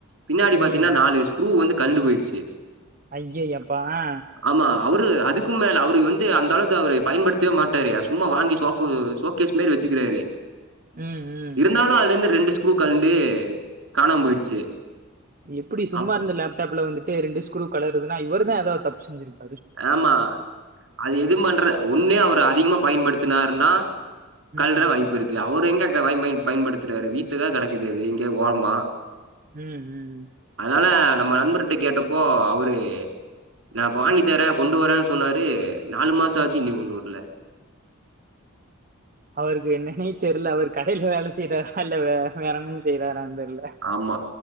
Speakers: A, on the right (about 70°); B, on the right (about 40°).
A: பின்னாடி பாத்தீங்கன்னா
B: ம்
A: நாலு ஸ்க்ரூ வந்து கலண்டு போயிர்ச்சு
B: ஐய்யெயப்பா ஆ
A: ஆமா அவரு அதுக்கு மேல அவரு வந்து அந்த அளவுக்கு அவரு பயன்படுத்தவே மாட்டாருா சும்மா வாங்கி சோபு சோகேஷ் மாரி வச்சுக்கிறாரு
B: ம் ம்
A: இருந்தாலும் அதுல இருந்து ரெண்டு ஸ்க்ரூ கழண்டு காணாம போயிடுச்சு
B: எப்டி சும்மா
A: அப்
B: இருந்த லேப்டாப்ல வந்துட்டு ரெண்டு ஸ்கரூ துனா இவருதா ஏதாவது தப்பு செஞ்சிருப்
A: ஆமா அது எதும் பண்ற ஒன்னு அவர் அதிகமா பயன்படுத்தினருனா கல்ற
B: ம்
A: வாய்ப்பு இருக் அவரு எங்க பயன் பயன்டுத்துறாரு வீட்டுலதான் கிடைக்குது அது எங்க ஓரமா
B: ம் ம்
A: அதனால நம்ம நண்பர்ட கேட்டப்போ அவரு நான் இப்போ வாங்கித் தர்ரே கொண்டு வரன்னு சொன்னாரு நாலு மாசம் ஆச்சு இன்னியும் கொண்டு வரல
B: அவருக்கு என்னனே தெரியல அவர் கடையிலா வேலை செய்றாரா இல்ல வே வேரனும் செய்றாரானும் தெரியல
A: ஆமா